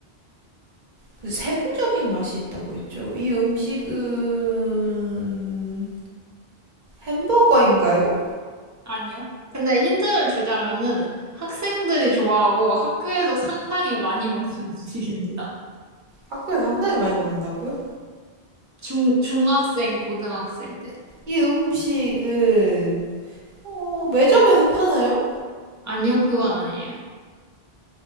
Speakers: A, on the right; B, on the right.
A: 그 세부적인 맛이 있다고 했죠. 이 음식은 햄버거인가요?
B: 아니요. 근데 힌트를 주자면은 학생들이 좋아하고 학교에서 상당히 많이 먹는 <laughs> 음식입니다.
A: 학교에서 상당히 많이 먹는다고요?
B: 중, 중학생, 고등학생 때.
A: 이 음식은 어, 매점에서 파나요?
B: 아니요, 그건 아니에요.